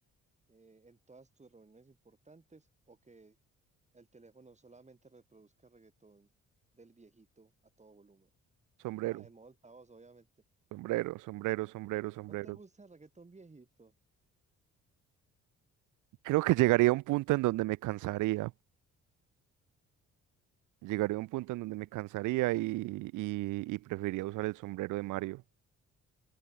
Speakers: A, on the right (about 25°); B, on the right (about 80°).
A: eh, en todas tus reuniones importantes o que el teléfono solamente reproduzca reggaetón del viejito a todo volumen.
B: Sombrero,
A: Ah, en modo altavoz, obviamente.
B: sombrero, sombrero, sombrero, sombrero.
A: ¿No te gusta el reggaetón viejito?
B: Creo que llegaría a un punto en donde me cansaría. Llegaría a un punto en donde me cansaría y, y, y preferiría usar el sombrero de Mario.